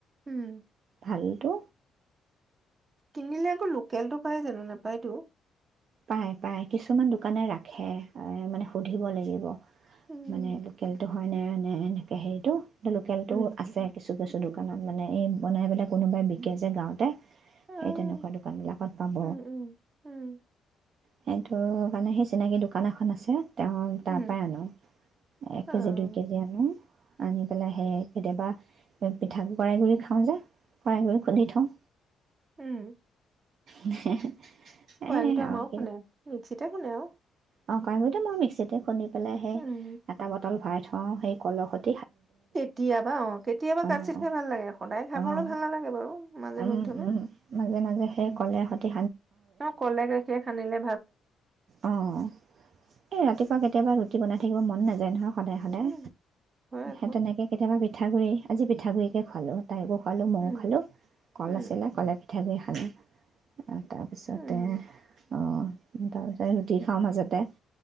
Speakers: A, on the right (about 40°); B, on the right (about 65°).
A: উম।
B: ভালটো।
A: কিনিলে আকৌ লোকেলটো পায় জানো নাপায়তো?
B: পাই, পাই কিছুমান দোকানে ৰাখে এ, মানে সুধিব লাগিব।
A: উম,
B: মানে লোকেলটো হয়নে, নে এনেকে হেয়িটো লোকেলটো
A: উম,
B: আছে কিছু কিছু, কিছু দোকানত মানে এই বনাই পেলাই কোনোবাই বিকি যে, গাঁৱতে।
A: অ',
B: সেই তেনেকুৱা দোকানবিলাকত পাব।
A: উম, উম, উম,
B: সেইটো মানে সেই চিনাকি দোকান এখন আছে। তেওঁ তাৰপাই
A: উম,
B: আনোঁ, এক
A: অ',
B: কেজি, দুই কেজি আনোঁ। আনি পেলাই সেই কেতিয়াবা পিঠাকৰা়ই গুড়ি খাওঁ যে কৰাইগুৰি খুন্দি থওঁ।
A: উম।
B: <unintelligible>
A: কড়াহীটো
B: এই
A: আমাৰো
B: আৰু
A: খুন্দে মিক্সিতে খুন্দে আৰু
B: অ' কৰাই গুড়িটো মই মিক্সিতে খোন্দি পেলায় হেই
A: উম,
B: এটা বটল ভৰাই থওঁ। অ' সেই কল সৈ
A: কেতিয়াবা অ' কেতিয়াবা
B: অঁ
A: কাঠ চিত খাই ভাল লাগে, সদায় খাবলৈ
B: অঁ
A: ভাল নালাগে বাৰু মাজে
B: উম
A: মধ্যমে
B: উম মাজে মাজে সেই কলে সৈতে
A: অ' ক'লে গাখীৰ খানিলে।
B: অ' এই ৰাতিপুৱা কেতিয়াবা কেতিয়াবা ৰুটি বনাই থাকিব মন নযায় নহয়। সদায়, সদায়
A: উম, হয় আকৌ।
B: সেই তেনেকে কেতিয়াবা পিঠাগুৰি আজি পিঠাগুৰিকে খোৱালো। তাইকো খোৱালো ময়ো
A: উম,
B: খালোঁ কল
A: উম,
B: আছিলে কলে পিঠাগুৰিয়ে হা আনে আ তাৰ পিছতে
A: উম,
B: অ তাৰপিছতে ৰুটি খাওঁ মাজতে।